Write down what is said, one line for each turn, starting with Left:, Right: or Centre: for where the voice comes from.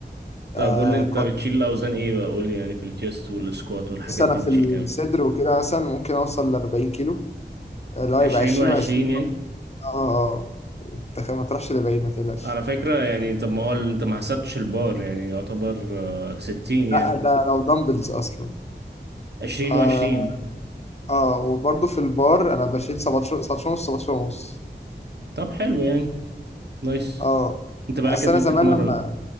Right: طب
Left: آه
Right: قول لي انت
Left: كويس
Right: بتشيل الاوزان ايه بقى قول لي يعني في الشيست والسكوات والحاجات
Left: بس انا
Right: دي
Left: في
Right: بتشيل
Left: الصدر
Right: كام
Left: وكده مثلا ممكن اوصل ل 40 كيلو اللي هو
Right: 20
Left: يبقى 20
Right: و20
Left: و20
Right: يعني
Left: اه اه أنت ما تروحش لبعيد ما تقلقش
Right: على فكرة يعني طب ما هو ال- انت ما حسبتش البار يعني يعتبر آه، ستين يعني
Left: لا ده لو دمبلز اصلا
Right: عشرين
Left: آه،
Right: وعشرين
Left: اه وبرضه في البار انا بشيل 17 17 ونص 17 ونص
Right: طب حلو يعني نايس
Left: اه
Right: انت بقالك
Left: اصل
Right: قد
Left: انا
Right: ايه بتتمرن
Left: زمان لما